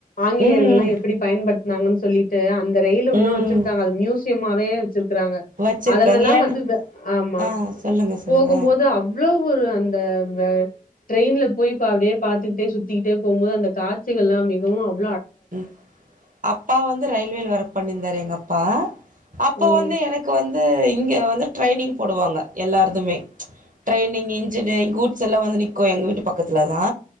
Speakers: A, on the left; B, on the right.
A: ஆங்கிலேயர்கள்
B: ம்
A: எல்லாம் எப்டி பயன்படுத் நாங்கன் சொல்லிட்டு அந் த ரயில் உன்னு
B: ம்
A: வச்சிருக்காங்க அது மியூசியமாவே குறாங்க
B: வச்சிருக்காங்க
A: அதுலல்லா
B: ஏன்னு
A: வந்து வெ ஆமா
B: ஆ சொல்லுங்க சொல்லுங்க
A: போகும்போது அவ்ளவு அந் த வ ட்ரெயின்ல போய்ப்ப அப்டியே பாத்துக்ட்டே சுத்திக்கிட்டே போம்போது அந்த காட்சிகள்லா மிகவு அவ்
B: ம் அப்பா வந்து ரயில்வேல ஒர்க் பண்ணிந் வேற எங்கப்பா அப்போ
A: ம்
B: வந்து எனக்கு வந் து இங்க வந்து ட்ரைனிங் போடுவாங்க எல்லாருதுமே ட்ரைனிங் இன்ஜினெங் கூட்ஸ் எல்லா வந்து நிக்கு எங்க வீட்டு பக்கத்துல தா